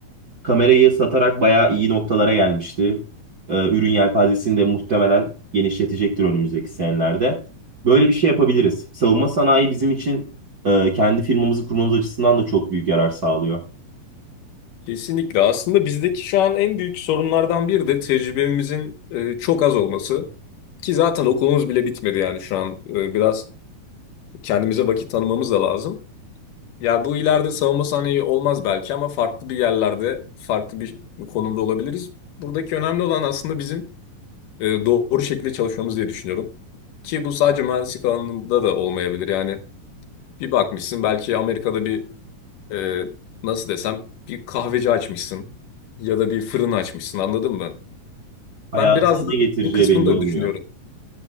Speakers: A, on the right (about 45°); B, on the left (about 70°).
A: kamerayı satarak bayağı iyi noktalara gelmişti. Ee, ürün yelpazesini de muhtemelen genişletecektir önümüzdeki senelerde. Böyle bir şey yapabiliriz. Savunma sanayi bizim için e, kendi firmamızı kurmamız açısından da çok büyük yarar sağlıyor.
B: Kesinlikle. Aslında bizdeki şu an en büyük sorunlardan biri de tecrübemizin e, çok az olması. Ki zaten okulumuz bile bitmedi yani şu an. E, biraz kendimize vakit tanımamız da lazım. Ya bu ileride savunma sanayi olmaz belki ama farklı bir yerlerde, farklı bir konumda olabiliriz. Buradaki önemli olan aslında bizim e, doğru şekilde çalışmamız diye düşünüyorum. Ki bu sadece mühendislik alanında da olmayabilir. Yani bir bakmışsın belki Amerika'da bir e, nasıl desem bir kahveci açmışsın ya da bir fırın açmışsın anladın mı?
A: Hayatın
B: Ben biraz
A: ne
B: da
A: getireceği
B: bu kısmını
A: belli
B: da
A: olmuyor.
B: düşünüyorum.